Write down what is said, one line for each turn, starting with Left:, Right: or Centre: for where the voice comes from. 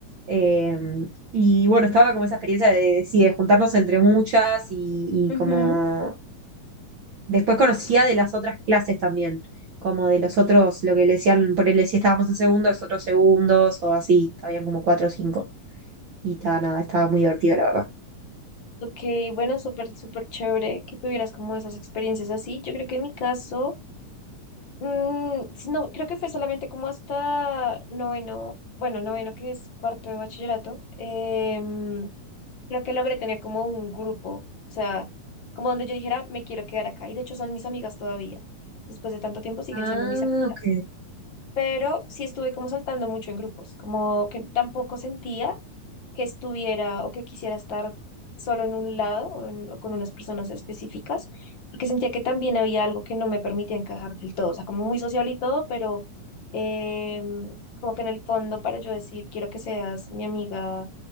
Right: Eh, y bueno, estaba como esa experiencia de, de, sí, de juntarnos entre muchas y, y
Left: Ujú.
Right: como... Después conocía de las otras clases también, como de los otros, lo que le decían, por él si estábamos en segundo, los otros segundos o así, habían como cuatro o cinco. Y estaba nada, estaba muy divertido, la verdad.
Left: Ok, bueno, súper, súper chévere que tuvieras como esas experiencias así. Yo creo que en mi caso, mm, si no, creo que fue solamente como hasta noveno, bueno, noveno que es cuarto de bachillerato. em, Creo que logré tener como un grupo, o sea, como donde yo dijera, me quiero quedar acá. Y de hecho son mis amigas todavía. Después de tanto tiempo siguen
Right: Ah,
Left: siendo mis amigas.
Right: ok,
Left: Pero sí estuve como saltando mucho en grupos, como que tampoco sentía que estuviera o que quisiera estar solo en un lado o, en- o con unas personas específicas, porque sentía que también había algo que no me permitía encajar del todo. O sea, como muy social y todo, pero em, como que en el fondo para yo decir, quiero que seas mi amiga